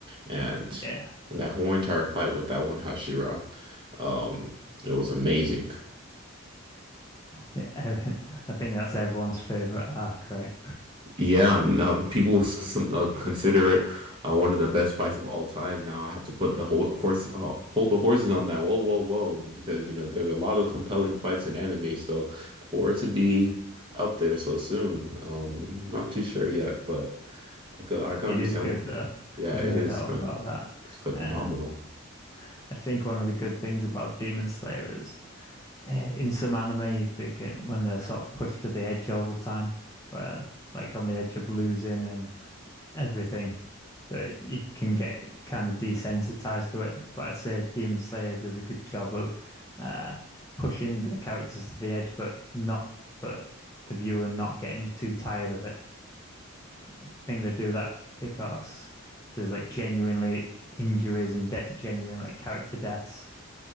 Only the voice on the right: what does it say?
and
that whole entire fight with that one Hashira. Um, it was amazing.
Yeah, and, um, people s- some, uh, consider it uh, one of the best fights of all time. Now I have to put the whole horse, uh, hold the horses on that. Whoa, whoa, whoa! Because you know there's a lot of compelling fights in anime, so for it to be up there so soon, um, not too sure yet, but I can I can
understand
what people.
Yeah,
it
is,
man.
It's phenomenal.